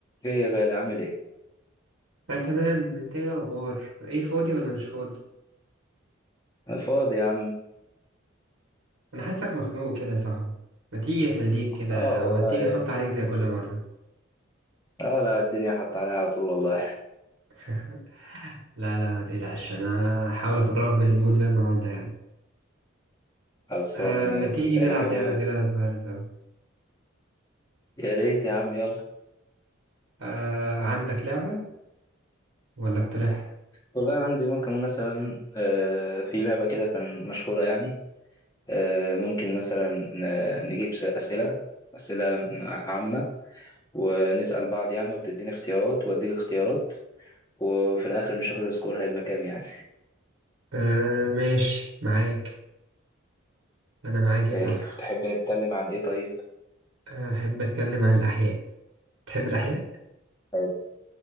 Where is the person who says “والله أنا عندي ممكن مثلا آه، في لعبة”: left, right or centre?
Left